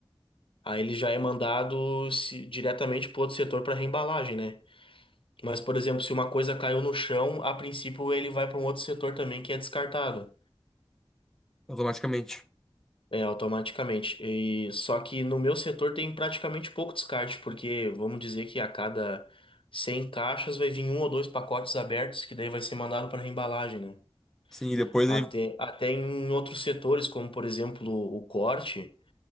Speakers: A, on the left; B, in the centre.
A: aí ele já é mandado se- diretamente pro outro setor para reembalagem, né? Mas, por exemplo, se uma coisa caiu no chão, a princípio ele vai para um outro setor também que é descartado,
B: Automaticamente.
A: é, automaticamente. E só que no meu setor tem praticamente pouco descarte, porque vamos dizer que a cada 100 caixas vai vir um ou dois pacotes abertos, que daí vai ser mandado para reembalagem, né?
B: Sim, e depois
A: Até,
B: ele...
A: até em outros setores, como por exemplo o corte,